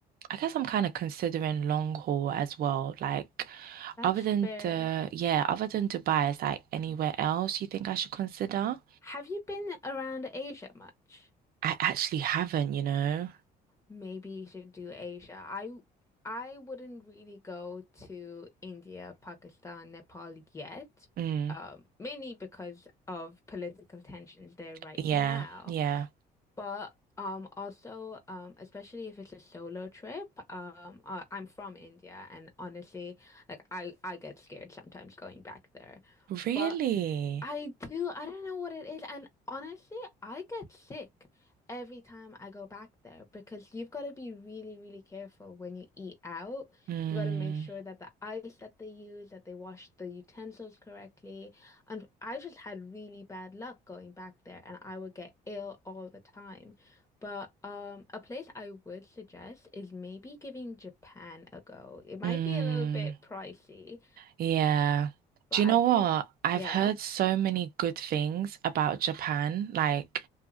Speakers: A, on the right (about 60°); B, on the left (about 15°).
A: I guess I'm kind of considering long haul as well. Like,
B: That's
A: other than
B: fair.
A: the, yeah, other than Dubai, is like anywhere else you think I should consider?
B: Have you been around Asia much?
A: I actually haven't, you know?
B: Maybe you should do Asia. I I wouldn't really go to India, Pakistan, Nepal yet,
A: Mm,
B: um, mainly because of political tensions there right
A: yeah,
B: now.
A: yeah.
B: But um, also, um, especially if it's a solo trip, um, uh, I'm from India, and honestly, like I I get scared sometimes going back there.
A: Really?
B: But I do. I don't know what it is. And honestly, I get sick every time I go back there because you've got to be really, really careful when you eat out.
A: Mm,
B: You've got to make sure that the ice that they use, that they wash the utensils correctly. And I just had really bad luck going back there and I would get ill all the time. But um, a place I would suggest is maybe giving Japan a go. It might
A: mm,
B: be a little bit pricey,
A: yeah.
B: but
A: Do you know
B: I think,
A: what? I've
B: yeah,
A: heard so many good things about Japan. Like,